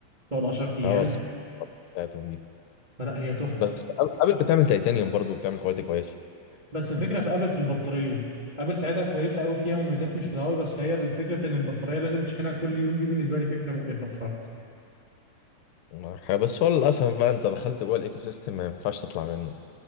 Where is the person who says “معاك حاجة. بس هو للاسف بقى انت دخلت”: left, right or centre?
Left